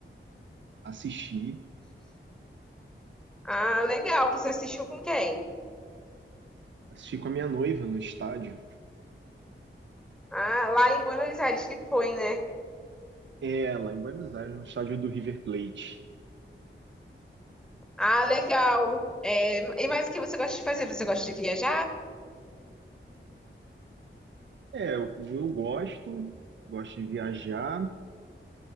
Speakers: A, on the right; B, in the centre.
A: Assisti,
B: Ah, legal. Você assistiu com quem?
A: assisti com a minha noiva no estádio.
B: Ah, lá em Buenos Aires que foi, né?
A: É, lá em Buenos Aires, no estádio do River Plate.
B: Ah, legal. É, e mais o que você gosta de fazer? Você gosta de viajar?
A: É, eu, eu gosto, gosto de viajar.